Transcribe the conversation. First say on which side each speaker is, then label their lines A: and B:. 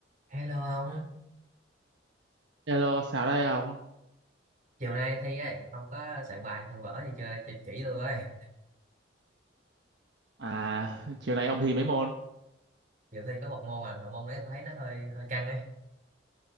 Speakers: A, on the right; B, on the right.
A: Hello ông,
B: Hello, sao đây ông?
A: chiều nay thi ấy, ông có soạn bài soạn vở gì chơi chỉ, chỉ tôi với.
B: À, chiều nay ông thi mấy môn?
A: Chiều thi có một môn à, mà môn đấy tôi thấy nó hơi hơi căng ấy.